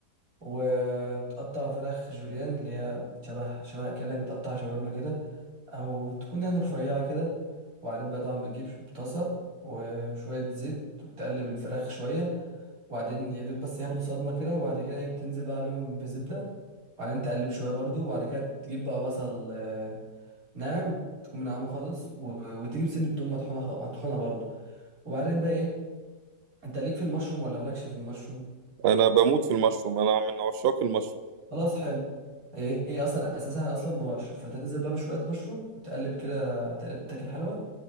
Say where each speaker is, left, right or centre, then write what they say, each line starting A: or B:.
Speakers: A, on the right (about 55°); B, on the right (about 85°).
A: وبتقطع فراخ جوليان اللي هي شبه شبه كأنك بتقطع شاورما كده أو تكون يعني رفيعة كده وبعدين بقى طبعا بتجيب طاسة وشوية زيت وتقلب الفراخ شوية وبعدين يا دوب بس ياخدوا صدمة كده وبعد كده ايه بتنزل بقى عليهم بزبدة وبعدين تقلب شوية برضو وبعد كده تجيب بقى بصل ناعم تكون منعمه خالص و... وتجيب سن التوم مطحونه خ- مطحونه برضو وبعدين بقى ايه انت ليك في المشروم ولا مالكش في المشروم
B: انا بموت في المشروم انا من عشاق المشروم
A: خلاص حلو هي هي اصلا اساسها اصلا بمشروم فانت تنزل بقى بشويه مشروم وتقلب كده تقلبتك الحلوه